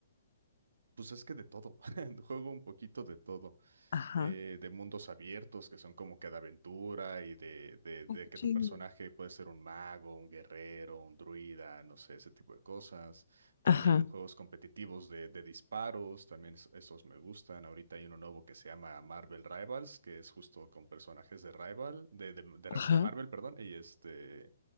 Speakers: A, on the right; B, on the left.
A: Pues es que de todo, <laughs> juego un poquito de todo,
B: ajá.
A: eh, de mundos abiertos que son como que de aventura y de, de,
B: Cuchillo.
A: de que tu personaje puede ser un mago, un guerrero, un druida, no sé, ese tipo de cosas. También
B: Ajá,
A: juegos competitivos de, de disparos, también es- esos me gustan. Ahorita hay uno nuevo que se llama Marvel Rivals, que es justo con personajes de Rival, de, de, de Ra-
B: ajá,
A: de Marvel, perdón, y este